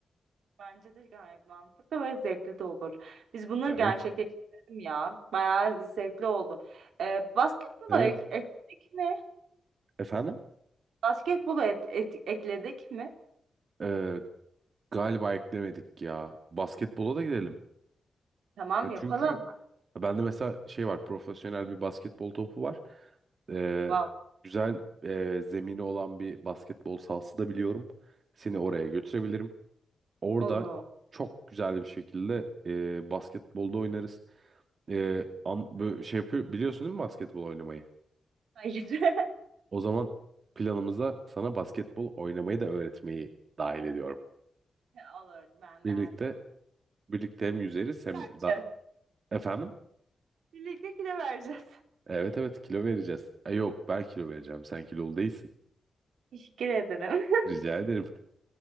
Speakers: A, on the right; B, on the right.
A: Bence de gayet mantıklı ve zevkli de olur. Biz bunları
B: Evet.
A: gerçekleştirelim ya. Bayağı zevkli oldu. Ee, basketbolu
B: Evet.
A: ek- ekledik mi?
B: Efendim?
A: Basketbolu et- et- ekledik mi?
B: Ee, galiba eklemedik ya. Basketbola da gidelim.
A: Tamam
B: Ha,
A: yapalım.
B: çünkü bende mesela şey var. Profesyonel bir basketbol topu var. Ee,
A: Wow.
B: güzel e, zemini olan bir basketbol sahası da biliyorum. Seni oraya götürebilirim. Orada
A: Olur.
B: çok güzel bir şekilde e, basketbolda oynarız. E, an- bö- şey yapıyor, biliyorsun değil mi basketbol oynamayı?
A: Hayır. <laughs>
B: O zaman planımıza sana basketbol oynamayı da öğretmeyi dahil ediyorum.
A: Olur. Ben
B: Birlikte
A: beğendim bu.
B: Birlikte hem yüzeriz hem
A: fikri.
B: da efendim.
A: Birlikte kilo vereceğiz.
B: Evet evet kilo vereceğiz. E, yok ben kilo vereceğim. Sen kilolu değilsin.
A: Teşekkür ederim. <laughs>
B: Rica ederim.